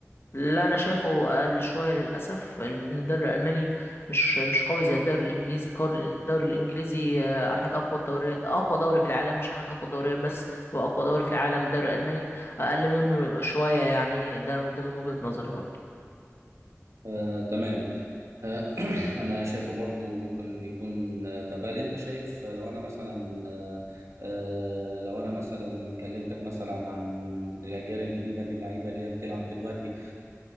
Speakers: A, on the left (about 55°); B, on the right (about 80°).
A: لا انا شايفه اقل شويه للاسف لان الدوري الالماني مش مش قوي زي الدوري الانجليزي كار- الدوري الانجليزي آه، احد اقوى الدوري اقوى دوري في العالم مش احد اقوى الدوريات بس هو اقوى دوري في العالم الدوري الالماني اقل منه شويه يعني ده ده من وجهه نظري برضه
B: آه، تمام آه، <clears throat> انا شايفه برضو ممكن يكون آه، طب هل انت شايف آه، لو انا مثلا آه، آه، لو انا مثلا كلمتك مثلا عن الاجيال الجديده من اللعيبه اللي هي بتلعب دلوقتي